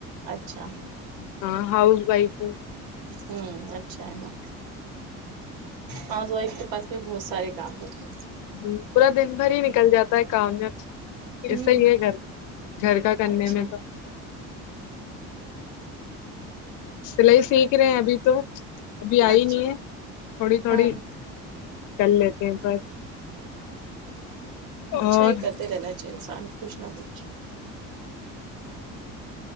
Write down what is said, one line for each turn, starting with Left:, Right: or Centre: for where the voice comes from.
Right: اچھا
Left: ہاں ہاؤز وائف ہوں
Right: ہوں اچھا ہے نا ہاؤس وائف کے پاس میں بہت سارے کام رہتے ہیں
Left: ہمم پورا دن بھر ہی نکل جاتا ہے کام میں ایسا
Right: ہوں
Left: ہی ہے گھر گھر کا کرنے
Right: اچھا
Left: میں تو سلائی سیکھ رہے ہیں ابھی تو ابھی آئی
Right: اچھا
Left: نہیں ہے تھوڑی تھوڑی
Right: ہاں
Left: کر لیتے ہیں پر
Right: اچھا
Left: اور
Right: ہے کرتے رہنا چاہیے انسان کچھ نہ کچھ